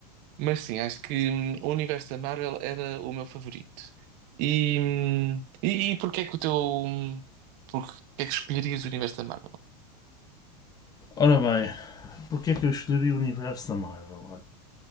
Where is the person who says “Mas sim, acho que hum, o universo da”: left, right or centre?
Right